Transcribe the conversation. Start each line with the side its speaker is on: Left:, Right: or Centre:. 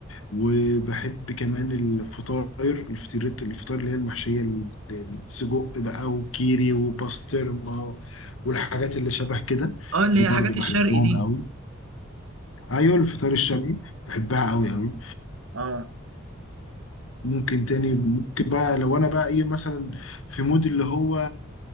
Left: وبحب كمان الفطاير الفطير الفطاير اللي هي المحشيه ال- السجق بقى وكيري وباسترما والحاجات اللي شبه كده
Right: اه اللي
Left: دي برضو
Right: هي حاجات
Left: بحبهم
Right: الشرق دي
Left: قوي ايوه الفطار الشرقي بحبها قوي قوي
Right: اه
Left: ممكن تاني ممكن بقى لو انا بقى ايه مثلا في مود اللي هو